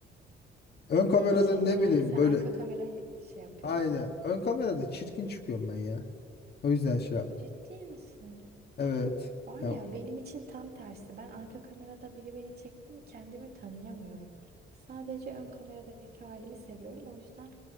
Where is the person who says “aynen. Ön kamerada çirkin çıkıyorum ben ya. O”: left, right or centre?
Left